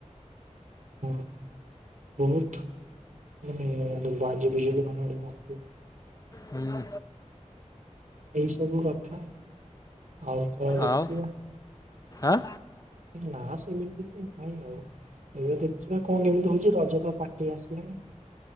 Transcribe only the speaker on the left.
ହୁଁ
ଆଉ ଆଁ